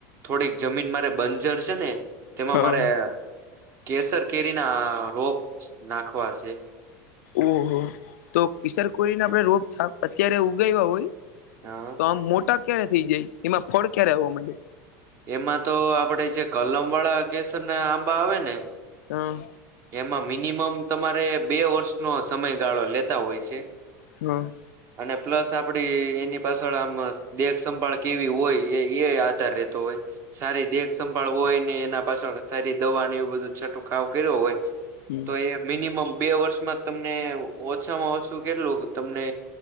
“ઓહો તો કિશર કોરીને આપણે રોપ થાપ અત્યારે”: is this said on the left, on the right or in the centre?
Left